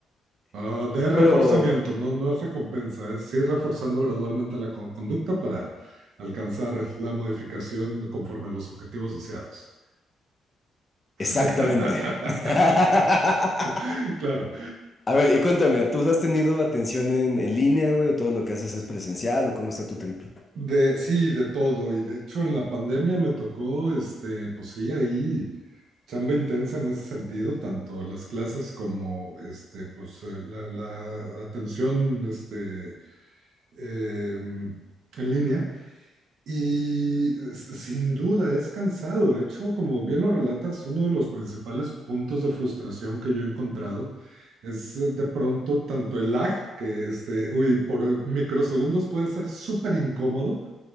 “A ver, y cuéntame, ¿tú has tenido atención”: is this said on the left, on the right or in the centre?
Left